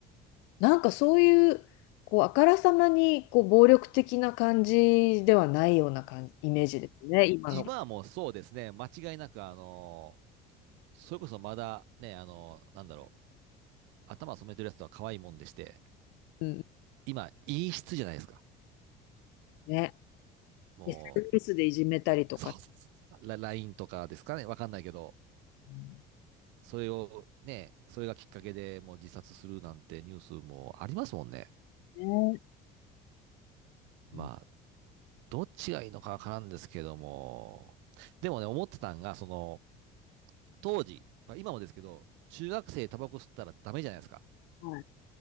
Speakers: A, on the left (about 80°); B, on the right (about 75°).
A: なんかそういう、こう、あからさまに、こう、暴力的な感じではないような感じ、イメージですね、今の。
B: 今はもうそうですね、間違いなく、あのーそれこそまだね、あのーなんだろう、頭染めてるやつとは可愛いもんでして、
A: うん。
B: 今、陰湿じゃないですか。
A: ね。
B: も
A: SNS でいじめたりとか。
B: う、そうそうそうそう、ラ LINE とかですかね、わかんないけど、
A: うん
B: それをね、それがきっかけでもう自殺するなんてニュースもありますもんね。
A: ね。
B: まあ、
A: うん
B: どっちがいいのかわからんですけども、でもね、思ってたんが、その、当時、まあ、今もですけど、中学生タバコ吸ったらダメじゃないですか。
A: はい。